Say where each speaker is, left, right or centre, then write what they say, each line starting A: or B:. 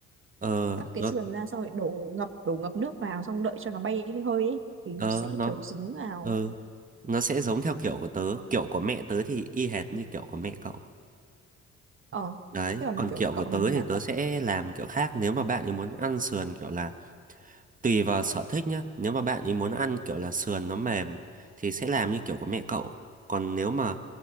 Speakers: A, on the right; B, on the right.
A: ờ
B: cắt cái
A: nó
B: sườn ra xong rồi đổ ngập đổ ngập nước vào xong đợi cho nó bay cái hơi ấy thì
A: ờ
B: nó sẽ
A: nó
B: kiểu dính vào
A: ờ nó sẽ giống theo kiểu của tớ kiểu của mẹ tớ thì y hệt như kiểu của mẹ cậu
B: ờ
A: đấy
B: thế còn
A: còn
B: kiểu
A: kiểu
B: cậu
A: của tớ
B: thì như
A: thì
B: nào
A: tớ sẽ làm kiểu khác nếu mà bạn ấy muốn ăn sườn kiểu là tùy vào sở thích nhá nếu mà bạn ấy muốn ăn kiểu là sườn nó mềm thì sẽ làm như kiểu của mẹ cậu còn nếu mà